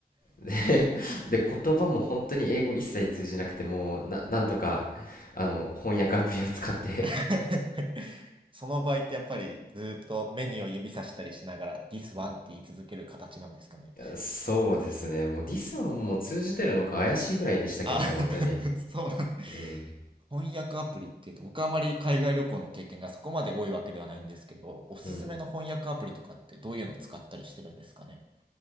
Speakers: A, on the left (about 60°); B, on the right (about 30°).
A: で、<laughs> で言葉も本当に英語一切通じなくてもうな、なんとかあの翻訳アプリを使って
B: <laughs> その場合ってやっぱりずーっとメニューを指さしたりしながら This one って言い続ける形なんですかね。
A: そうですねもうディスはもう通じてるのか怪しいぐらいでしたけどね本当に
B: あ、<laughs> そうなん
A: うん
B: 翻訳アプリっていうと僕はあまり海外旅行の経験がそこまで多いわけではないんですけど、おすすめの翻訳アプリとかってどういうの使ったりしてるんですかね。
A: うん